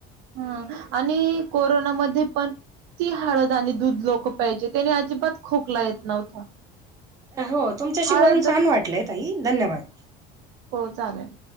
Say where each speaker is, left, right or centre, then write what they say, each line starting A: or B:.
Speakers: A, on the right (about 75°); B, on the right (about 20°).
A: हम्म आणि कोरोनामध्ये पण ती हळद आणि दूध लोक पाहिजे त्यानी अजिबात खोकला येत नव्हता
B: हो तुमच्याशी
A: हळद
B: बोलून छन वाटलं ताई धन्यवाद
A: हो चालेल